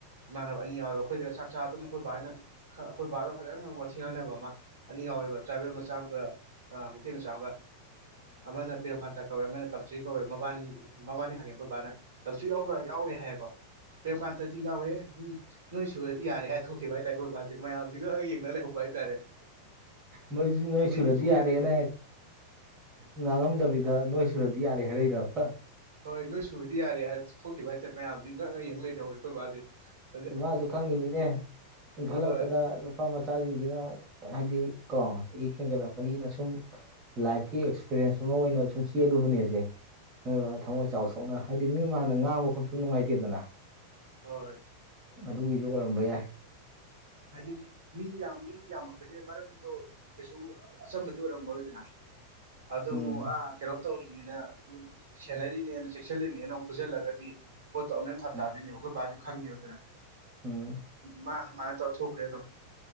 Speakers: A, on the right; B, on the right.
A: ꯏꯃꯥꯟꯅꯕ ꯑꯅꯤ ꯌꯥꯎꯋꯕ ꯑꯩꯈꯣꯏꯗꯒ ꯆꯥꯛ ꯆꯥ ꯑꯗꯨꯝ ꯑꯩꯈꯣꯏ ꯕꯥꯏꯅ ꯈ ꯑꯩꯈꯣꯏ ꯕꯥꯏꯔꯒ ꯐꯖꯅ ꯋꯥꯊꯤ ꯉꯥꯡꯅꯕ ꯑꯃ ꯑꯅꯤ ꯌꯥꯎꯋꯦꯕ ꯇ꯭ꯔꯥꯏꯕꯦꯜ ꯃꯆꯥ ꯑꯃꯒ ꯃꯩꯇꯩ ꯃꯆꯥ ꯑꯃꯒ ꯑꯃꯅ ꯄ꯭ꯔꯦꯝꯀꯥꯟꯇ ꯀꯧꯋꯦ ꯑꯃꯅ ꯇꯝꯆꯔꯤ ꯀꯧꯋꯦ ꯃꯕꯥꯅꯤ ꯃꯕꯥꯅꯤ ꯍꯪꯉꯦ ꯑꯩꯈꯣꯏꯕꯥꯅ ꯇꯞꯁꯤꯔ ꯌꯥꯎꯕ꯭ꯔꯥ ꯌꯥꯎꯋꯦ ꯍꯥꯏꯀꯣ ꯄ꯭ꯔꯦꯝꯀꯥꯟꯇꯗꯤ ꯌꯥꯎꯋꯦ ꯎꯝ ꯅꯣꯏ ꯁꯨꯔꯗꯤ ꯌꯥꯔꯦ ꯍꯥꯏꯊꯣꯛꯈꯤꯕ ꯍꯥꯏꯇꯥꯔꯦꯈꯣꯏ ꯕꯥꯁꯦ ꯃꯌꯥꯝꯁꯤꯒ ꯌꯦꯡꯅꯔ ꯂꯩꯍꯧꯕ ꯍꯥꯏꯇꯥꯔꯦ꯫
B: ꯅꯣꯏꯖꯨ ꯅꯣꯏ
A: ꯑꯩꯗꯤ
B: ꯁꯨꯔꯗꯤ
A: ꯐꯨꯔꯤ
B: ꯌꯥꯔꯦꯅ
A: ꯂꯩꯕꯅꯦ
B: ꯉꯥꯡꯉꯝꯗꯕꯤꯗ ꯅꯣꯏ ꯁꯨꯔꯗꯤ ꯌꯥꯔꯦ ꯍꯥꯏꯔꯩꯔꯕ?
A: ꯍꯣꯏ ꯅꯣꯏ ꯁꯨꯔꯗꯤ ꯌꯥꯔꯦ ꯊꯣꯛꯈꯤꯕ ꯍꯥꯏꯇꯥꯔꯦ ꯃꯌꯥꯝꯖ ꯉꯛꯑ ꯌꯦꯡ ꯂꯩꯅꯍꯧꯔꯦ ꯑꯈꯣꯏ ꯕꯥꯖꯦ ꯫
B: ꯃꯥꯁꯨ ꯈꯪꯉꯤꯅꯤꯅꯦ ꯏꯟꯈꯠꯂꯛꯄꯗ
A: ꯍꯣꯏ
B: ꯅꯨꯄꯥ ꯃꯆꯥꯁꯤꯡꯁꯤꯅ ꯍꯥꯏꯗꯤ ꯀꯣ ꯏ ꯈꯦꯒꯠꯂꯛꯄꯅꯤꯅ
A: ꯎꯝ
B: ꯁꯨꯝ ꯂꯥꯏꯐꯀꯤ ꯑꯦꯛꯁꯄꯤꯔꯦꯟꯁ ꯑꯃ ꯑꯣꯏꯅ ꯁꯨꯝ ꯆꯦꯜꯂꯨꯕꯅꯦꯖꯦ ꯍꯣꯏ ꯊꯃꯣꯏ ꯆꯥꯎ ꯁꯣꯛꯅ ꯍꯥꯏꯗꯤ ꯃꯤ ꯃꯥꯡꯗ ꯉꯥꯡꯕ ꯈꯣꯠꯄꯗꯨ ꯅꯨꯡꯉꯥꯏꯇꯦꯗꯅ꯫
A: ꯍꯣꯏ ꯍꯣꯏ
B: ꯑꯗꯨꯒꯤꯗꯨ ꯑꯣꯏꯔꯝꯕ ꯌꯥꯏ꯫
A: ꯍꯥꯏꯗꯤ ꯃꯤ ꯌꯥꯝ ꯃꯤꯗꯨ ꯌꯥꯝꯃꯛꯄꯅꯤꯅ ꯃꯔꯝꯗꯣ ꯀꯩꯁꯨ ꯑꯆꯝꯕꯗꯤ ꯑꯣꯏꯔꯝꯃꯔꯣꯏꯗꯅ꯫ ꯑꯗꯨ
B: ꯎꯝ
A: ꯑꯃꯨꯛ ꯑꯥ ꯀꯩꯅꯣ ꯇꯧꯔꯤꯅꯤꯅ ꯁꯦꯟꯅꯔꯤꯅꯦꯅ ꯆꯦꯛꯁꯤꯜꯂꯤꯅꯤꯅ ꯅ ꯑꯃꯨꯛ ꯐꯨꯁꯤꯜꯂꯒꯗꯤ ꯄꯣꯠꯇꯣ ꯑꯃꯛꯅ ꯐꯔꯛꯇꯥꯗꯣꯏꯕ
B: ꯎꯝ
A: ꯑꯩꯈꯣꯏꯕꯥꯁꯨ ꯈꯪꯉꯤꯕ ꯑꯗꯨꯅ
B: ꯎꯝ
A: ꯃꯥ ꯃꯥ ꯑꯗꯨꯃꯥꯏꯅꯥ ꯇꯧꯔꯊ ꯊꯣꯛꯈ꯭ꯔꯦ ꯑꯗꯨꯝ